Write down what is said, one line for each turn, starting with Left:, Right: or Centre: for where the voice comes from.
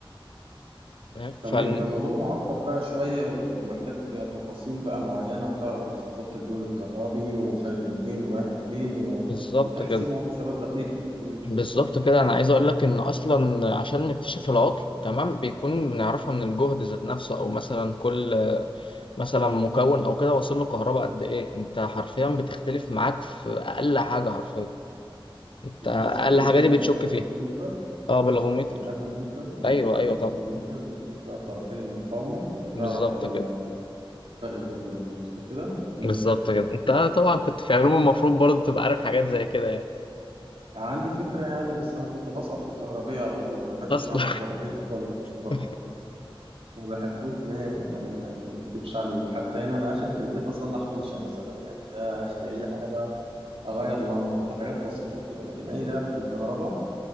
Left: فاهم فالم...
Right: تمام ده الموضوع معقد بقى شوية ومحتاج تفاصيل بقى معينة وتعرف بالظبط الجهد الكهربي وخارج من فين ورايح لفين و...
Left: بالظبط
Right: وتحسبه
Left: كده
Right: حسابات دقيقة مم.
Left: بالظبط كده انا عايز اقول لك ان اصلا عشان نكتشف العطل تمام بيكون بنعرفها من الجهد ذات نفسه او مثلا كل مثلا مكون او كده واصل له كهرباء قد ايه انت حرفيا بتختلف معاك في اقل حاجه حرفيا انت
Right: بتقيسه
Left: اقل
Right: بإيه
Left: حاجه
Right: بقى
Left: دي
Right: بال-
Left: بتشك
Right: بالأفوميتر
Left: فيها اه بالافوميتر
Right: بالأفوميتر بتبقى
Left: ايوه ايوه طبعا
Right: أفوميتر وتقيس بقى الطرفين المقاومة وتعرف
Left: بالظبط
Right: ال-
Left: كده
Right: فرق الجهد بينهم مظبوط كده مم.
Left: بالظبط كده انت طبعا كنت في علوم المفروض برضه تبقى عارف حاجات زي كده يعني
Right: عندي فكرة يعني بس أنا كنت بسقط في الكهربية على طول ما بحبش
Left: اصلا
Right: معمل الكهربية ده خالص بصراحة
Left: <laughs>
Right: ما بحبوش نهائي بأمانة عشان ما اكدبش عليك حتى هنا أنا آخر في البيت أصلح فيشة مثلا يعني ده آخر أي حاجة بقى أغير لمبة بتاع حاجات بسيطة كده لكن أي لعب في الكهرباء